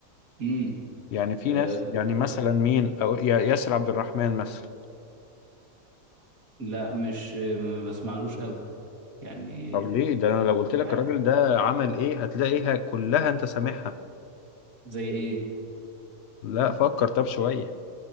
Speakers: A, on the right; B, on the left.
A: امم
B: يعني في
A: أه
B: ناس يعني مثلا
A: آه،
B: مين او يا- ياسر عبد الرحمن مثلا
A: لا مش ما بسمعلوش قوي يعني
B: طب ليه ده انا لو قلت لك
A: ع-
B: الراجل ده عمل ايه هتلاقيها كلها انت سامعها
A: زي ايه
B: لا فكر طب شويه